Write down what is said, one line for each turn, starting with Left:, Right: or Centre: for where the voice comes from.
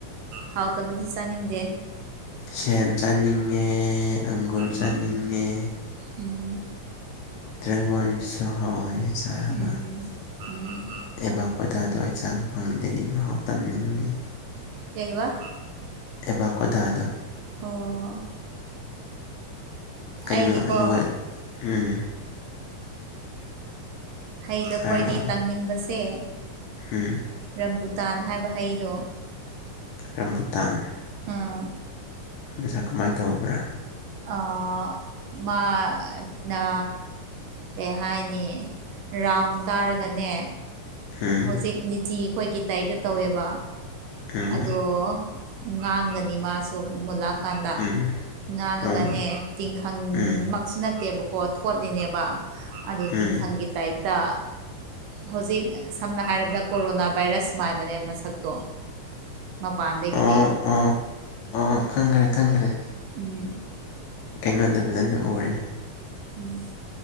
Right: ꯍꯥꯎꯇꯕꯗꯤ ꯆꯥꯅꯤꯡꯗꯦ
Left: ꯁꯦꯝ ꯆꯥꯅꯤꯡꯉꯦ ꯑꯪꯒꯨꯔ ꯆꯥꯅꯤꯡꯉꯦ
Right: ꯎꯝ ꯎꯝ
Left: ꯗ꯭ꯔꯦꯒꯣꯟꯁꯨ ꯍꯥꯎꯋꯦ ꯆꯥꯕ
Right: ꯎꯝ
Left: ꯑꯦꯕꯥ
Right: ꯎꯝ
Left: ꯀꯣꯗꯥꯗꯣ ꯑꯩ ꯆꯥꯕ ꯐꯪꯗꯔꯤ ꯃꯍꯥꯎ ꯇꯝꯅꯤꯡꯉꯦ
Right: ꯀꯩꯑꯥꯕ
Left: ꯑꯦꯕꯥ ꯀꯣꯗꯥꯗꯣ
Right: ꯑꯣ
Left: ꯀꯩꯅꯣ
Right: ꯑꯩꯗꯤꯀꯣ
Left: ꯑꯗꯨꯒ ꯎꯝ
Right: ꯍꯩꯗ ꯈ꯭ꯋꯥꯏꯗꯒꯤ
Left: ꯍꯥꯏꯔꯣ
Right: ꯇꯪꯅꯤꯡꯕꯁꯦ
Left: ꯎꯝ
Right: ꯔꯝꯕꯨꯇꯥꯟ ꯍꯥꯏꯕ ꯍꯩꯗꯣ
Left: ꯔꯝꯕꯨꯇꯥꯟ
Right: ꯑꯥ
Left: ꯃꯁꯛ ꯀꯃꯥꯏ ꯇꯧꯕ꯭ꯔꯥ
Right: ꯑꯥ‌ ꯃꯥ ꯅꯥ ꯀꯩ ꯍꯥꯏꯅꯤ ꯔꯥꯎꯟ ꯇꯥꯔꯒꯅꯦ
Left: ꯎꯝ
Right: ꯍꯧꯖꯤꯛ ꯂꯤꯆꯤ ꯈꯣꯏꯒꯤ ꯇꯥꯏꯞꯇ ꯇꯧꯋꯦꯕ
Left: ꯎꯝ
Right: ꯑꯗꯣ ꯉꯥꯡꯒꯅꯤ ꯃꯥꯁꯨ ꯃꯨꯂꯛ ꯀꯥꯟꯗ
Left: ꯎꯝ
Right: ꯉꯥꯡꯉꯒꯅꯦ
Left: ꯑꯥ
Right: ꯇꯤꯡꯈꯪꯃꯛꯁꯨ
Left: ꯎꯝ
Right: ꯅꯠꯇꯦꯕ ꯀꯣ ꯊꯣꯠꯂꯤꯅꯦꯕ ꯑꯗꯣ
Left: ꯎꯝ
Right: ꯇꯤꯡꯈꯪꯒꯤ ꯇꯥꯏꯞꯇ ꯍꯧꯖꯤꯛ ꯁꯝꯅ ꯍꯥꯏꯔꯕꯗ ꯀꯣꯔꯣꯅꯥ ꯚꯥꯏꯔꯁ ꯃꯥꯟꯕꯅꯦ ꯃꯁꯛꯇꯣ ꯃꯄꯥꯟꯗꯒꯤꯗꯤ
Left: ꯑꯣ ꯑꯣ ꯑꯣ ꯈꯪꯈ꯭ꯔꯦ ꯈꯪꯈ꯭ꯔꯦ
Right: ꯎꯝ
Left: ꯀꯩꯅꯣꯗ ꯐꯖꯅ ꯎꯔꯦ
Right: ꯎꯝ